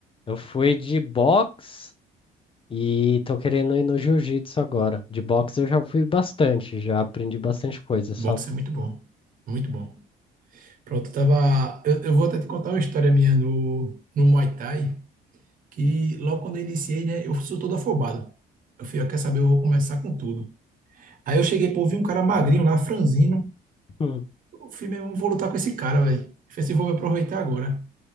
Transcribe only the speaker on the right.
Boxe é muito bom. Muito bom. Pronto, eu tava. Eu, eu vou até te contar uma história minha no, no Muay Thai, que logo quando eu iniciei, né, eu sou todo afobado. Eu fui, ó, quer saber, eu vou começar com tudo. Aí eu cheguei, pô, vi um cara magrinho lá, franzino.
Eu fui meu, eu vou lutar com esse cara, velho. Eu falei assim, vou me aproveitar agora.